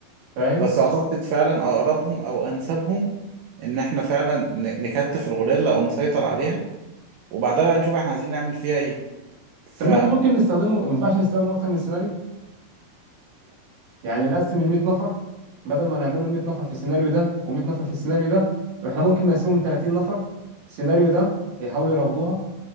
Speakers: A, on the right; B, on the right.
A: فاهم
B: بس أعتقد فعلا أقربهم أو أنسبهم ان احنا فعلا ن- نكتف الغوريلا او نسيطر عليها وبعدها بقى نشوف احنا عايزين نعمل فيها ايه فلا
A: طب ما احنا ممكن نستخدمه ما ينفعش نستخدمه اكتر من سيناريو يعني نقسم ال 100 نفر بدل ما نعمله ال 100 نفر في السيناريو ده و100 نفر في السيناريو ده احنا ممكن نقسمهم 30 نفر السيناريو ده يحاولوا يراودوها